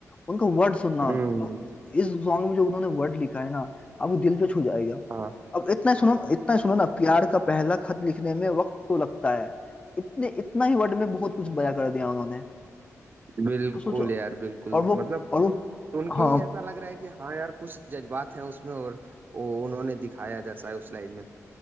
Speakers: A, on the left; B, on the right.
A: उनका वर्ड सुनना
B: हम्म,
A: जो इस सॉन्ग में जो उन्होंने वर्ड लिखा है ना अब वो दिल पे छू जाएगा
B: हाँ
A: अब इतना ही सुनो इतना ही सुनो ना प्यार का पहला खत लिखने में वक्त तो लगता है इतने इतना ही वर्ड में बहुत कुछ बयां कर दिया उन्होंने
B: बिल्कुल
A: तो सोचो
B: यार बिल्कुल
A: और वो
B: मतलब
A: और वो
B: सुन के
A: हाँ
B: ही ऐसा लग रहा है कि हाँ यार कुछ जज्बात हैं उसमें और वो उन्होंने दिखाया दर्शाया उस लाइन में